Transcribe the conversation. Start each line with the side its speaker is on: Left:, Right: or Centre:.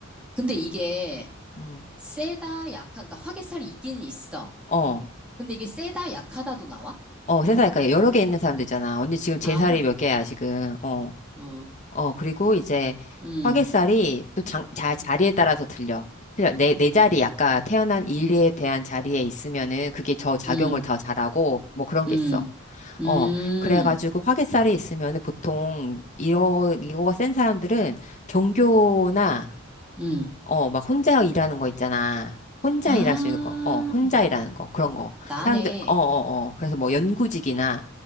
Centre: 근데 이게,
Left: 음.
Centre: 세다, 약한, 그러니까 화개살이 있기는 있어.
Left: 어,
Centre: 근데 이게 세다, 약하다도 나와?
Left: 어, 세상에 그러니까 여러 개 있는 사람도 있잖아. 언니 지금 제
Centre: 아,
Left: 살이
Centre: 화.
Left: 몇 개야, 지금. 어,
Centre: 어,
Left: 어, 그리고 이제
Centre: 음,
Left: 화개살이 또 장, 자, 자리에 따라서 들려. 틀려. 내, 내 자리, 아까 태어난 일에 대한 자리에 있으면은 그게 저 작용을
Centre: 음,
Left: 더 잘하고 뭐 그런 게
Centre: 음,
Left: 있어.
Centre: 음,
Left: 어, 그래가지고 화개살이 있으면 은 보통 이러 이거가 센 사람들은 종교나
Centre: 음.
Left: 어, 막 혼자 일하는 거 있잖아. 혼자
Centre: 아,
Left: 일할 수 있는 거, 어, 혼자 일하는 거, 그런 거.
Centre: 나네.
Left: 사람들, 어, 어, 어. 그래서 뭐 연구직이나